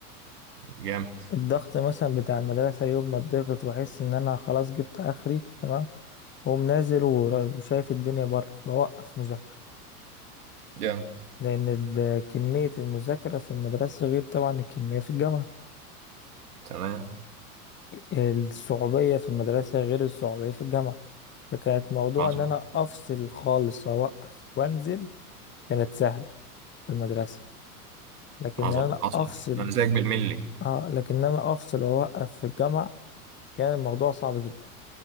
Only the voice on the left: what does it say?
الضغط مثلا بتاع المدرسه يوم ما اتضغط واحس ان انا خلاص جبت اخري تمام واقوم نازل ورا- وشايف الدنيا بره بوقف مذاكره
لان ال- كميه المذاكره في المدرسه غير طبعا الكميه في الجامعه
الصعوبية في المدرسة غير الصعوبية في الجامعة فكانت موضوع
إن أنا أفصل خالص أوقف وأنزل كانت سهلة في المدرسة لكن
إن أنا
أفصل
آه لكن إن أنا أفصل وأوقف في الجامعة كان الموضوع صعب جدا